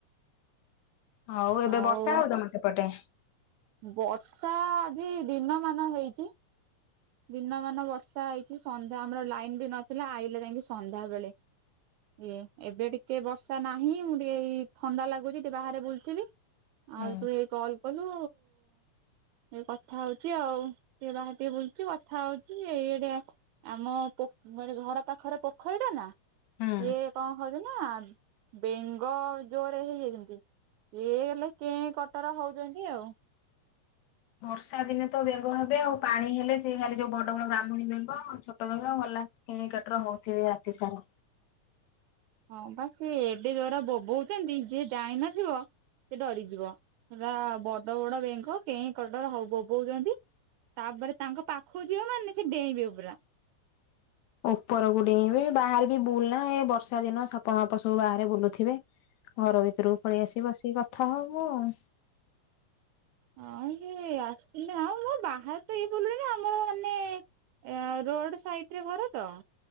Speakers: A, on the left (about 75°); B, on the right (about 80°).
A: ହଉ ଏବେ
B: ଆଉ
A: ବର୍ଷା ହଉ ତମ ସେପଟେ?
B: ବର୍ଷା ଆଜି ଦିନମାନ ହେଇଛି। ଦିନମାନ ବର୍ଷା ହେଇଛି ସନ୍ଧ୍ୟା ଆମର ଲାଇନ ବି ନଥିଲା ଆଇଲେ ଯାଇକି ସନ୍ଧ୍ୟା ବେଳେ। ଇଏ ଏବେ ଟିକେ ବର୍ଷା ନାହିଁ ମୁଁ ଟିକେ ଥଣ୍ଡା ଲାଗୁଛି ଟିକେ ବାହାରେ ବୁଲୁଥିଲି। ଆଉ
A: ହୁଁ।
B: ତୁ ଏଇ କ କହିଲୁ ଏ କଥା ହଉଛି ଆଉ ଟିକେ ବାହାରେ ଟିକିଏ ବୁଲ ଚି କଥା ହଉଛି। ଏଇ ଆଡେ ଆ ଆମ ପୋ ଘର ପାଖରେ ପୋଖରୀଟା ନା
A: ହୁଁ।
B: ଇଏ କଣ ହଉଛି ନା ବେଙ୍ଗ ଜୋରରେ ହେଇଯାଇଚି। ଏ ହେଲେ କେ କଟର ହଉଛନ୍ତି ଆଉ।
A: ବର୍ଷା ଦିନେ ତ ବେଙ୍ଗ ହେବେ ଆଉ ପାଣି ହେଲେ ସେ ଖାଲି ଯୋଉ ବଡ ବଡ ବ୍ରାହ୍ମଣୀ ବେଙ୍ଗ ଆଉ ଛୋଟ ବେଙ୍ଗ ଭଲ କେ କଟର ହଉଥିବେ ରାତି ସାରା
B: ହଁ ବା ସେ ଏବେ ଜରା ବୋବଉଛନ୍ତି ଯିଏ ଜାଣି ନଥିବ ସେ ଡରିଯିବ ହେଲା ବଡ ବଡ ବେଙ୍ଗ କେଁ କଟର ହ ବୋବୋଉଛନ୍ତି ତାପରେ ତାଙ୍କ ପାଖକୁ ଯିବ ମାନେ ସେ ଡେଇଁବି ପରା
A: ଉପରକୁ ଡେଇଁବେ ବାହାରେ ବି ବୁଲନା ଏ ବର୍ଷା ଦିନ ସାପ ଫାପ ସବୁ ବାହାରେ ବୁଲୁଥିବେ। ଘର ଭିତରକୁ ପଳେଇ ଆସି ବସିକି କଥା ହବୁ ଆଉ।
B: ହଁ ଇଏ ଆସିଥିଲେ ଆଉ ମୁଁ ବାହାରେ ତ ଇ ବୁଲୁ ଆମର ମାନେ ଏ ରୋଡ ସାଇଡ ରେ ଘର ତ